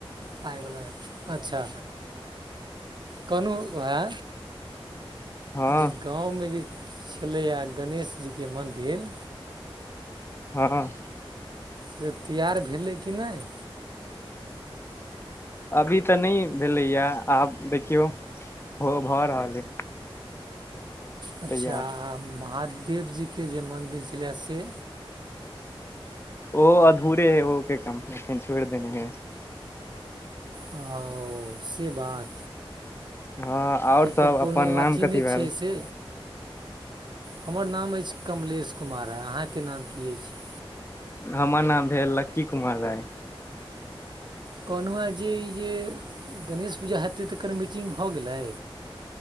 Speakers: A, on the right; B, on the left.
A: पइवला अच्छा! कोनू वए
B: हँ
A: <inaudible> गाँवमे जे छलैए गणेश जीके मन्दिर!
B: हँ-हँ।
A: से तैआर भेलै कि नहि?
B: अभी तऽ नहि भेलैए, आब देखियौ हो भऽ रहल अइ।
A: अच्छा!
B: तैयार
A: महादेव जीके जे मन्दिर छलै से?
B: ओ अधूरे है, ओ के काम छोड़ देने है।
A: ओ से बात!
B: हँ आओर
A: एहिपर
B: सब
A: कोनो
B: अपन नाम
A: अथी
B: कथी
A: नहि
B: भेल
A: छै, से। हमर नाम अछि कमलेश कुमार, अहाँके नाम की अछि? <inaudible>
B: हमर नाम भेल लक्की कुमार राय।
A: कहलहुँ हँ जे ई जे गणेश पूजा हेतै, तऽकर मीटिंग भऽ गेलै?